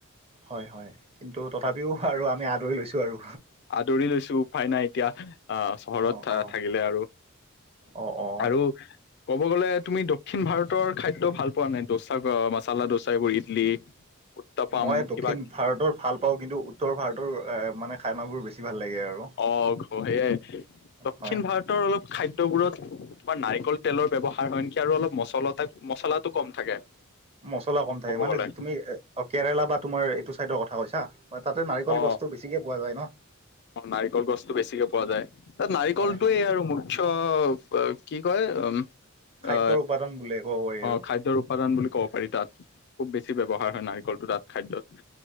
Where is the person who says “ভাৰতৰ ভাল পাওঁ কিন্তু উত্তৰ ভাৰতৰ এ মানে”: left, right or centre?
Right